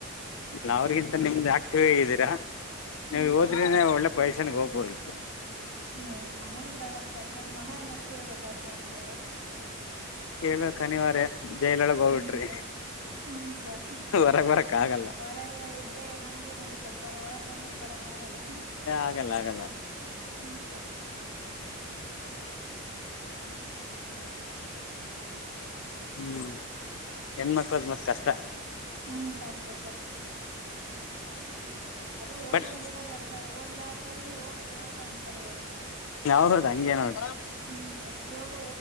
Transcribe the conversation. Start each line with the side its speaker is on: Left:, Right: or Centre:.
Left: ಇಲ್ಲ ಅವ್ರಿಗಿಂತ ನಿಮ್ದ್ ಆಕ್ಟೀವೇ ಇದ್ದೀರಾ ನೀವು
Right: ಹ್ಮ್
Left: ಹೋದ್ರನೆ
Right: ಸರ್
Left: ಒಳ್ಳೆ ಪೈಸನ್ ಹೋಗ್ಬೋದು.
Right: ಹೆ ಮನೇಲ್ಲಿ ಬೇಡಂತ್ರಲ್ಲ ಸರ್ ಮನೆ ಮಾತ್ ಕೇಳ್ಬೇಕಲ್ ಸರ್ ಇವಾಗ.
Left: ಹೇಳ ಕನಿವಾರೆ ಜೈಲೊಳಗೆ ಹೋಗ್ಬಿಟ್ರಿ
Right: ಹ್ಮ್ ಸರ್ ಹ್ಮ್ ಸರ್
Left: ಹೋರಾಗ್ ಬರಕ್ ಆಗಲ್ಲ.
Right: <unintelligible> ಇದ್ರೆ ನಮ್ಗೂ ನಡೀತದೆ ಸರ್ ಒಳಕ್ ಹೊದ್ಮೇಲ್ ಬರದ ಆಗಲ್ಲ.
Left: ಆಗಲ್ಲ ಆಗಲ್ಲ
Right: ಹ್ಮ್ ಸರ್
Left: ಹ್ಮ್ ಹೆಣ್ಮಕ್ಳದ್ ಮತ್ತ್ ಕಷ್ಟ.
Right: ಹ್ಮ್ ಕಷ್ಟ ಸರ್ ಅದು ಓದೋರ್ಗ
Left: ಬಟ್
Right: ಇರಲ್ಲ ಸರ್ ಓದ್ಲಾದ್ರರಿಗೆ ಓದು ಓದು ಅಂತರ್ ಇವಾಗ.
Left: ಹೌದೌದು ಹಂಗೆ ನೋಡ್.
Right: ಹ್ಮ್ ಸರ್ ಇವಾಗ